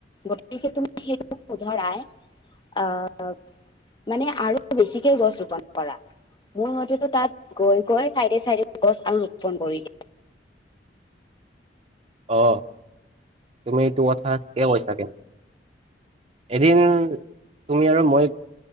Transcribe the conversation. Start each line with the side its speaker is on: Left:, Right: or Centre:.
Left: গতিকে তুমি সেইটো শুধৰাই আ'। মানে আৰু বেছিকে গছ ৰোপন কৰা মোৰ মতেতো তাত গৈ গৈ চাইডে চাইডে গছ আৰু ৰোপণ কৰি
Right: অ তুমি ইটো কথা ঠিকে কৈছা কিন্ এদিন তুমি আৰু মই